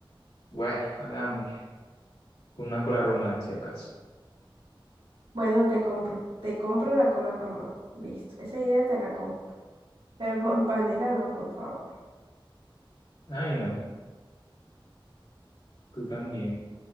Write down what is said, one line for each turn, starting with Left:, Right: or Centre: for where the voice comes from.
Left: bueno, hagámoslo. con una cola romántica acaso.
Right: Bueno, te compro, te compro la cola romana. Listo, esa idea te la compro. <laughs> Pero con panela no, por favor.
Left: Ay, no, tú también.